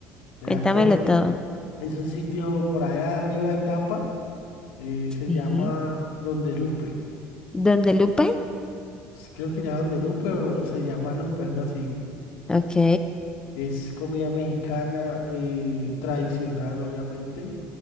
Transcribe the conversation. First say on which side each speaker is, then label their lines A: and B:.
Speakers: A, on the left; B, on the left.
A: Mira
B: Cuéntamelo
A: que
B: todo.
A: es un sitio por allá arriba en Tapa, eh, se
B: Sí.
A: llama Donde Lupe.
B: ¿Dónde Lupe?
A: S- Creo que llama Donde Lupe o se llama Lupe, algo así.
B: Ok.
A: Es comida mexicana, eh, tradicional, obviamente.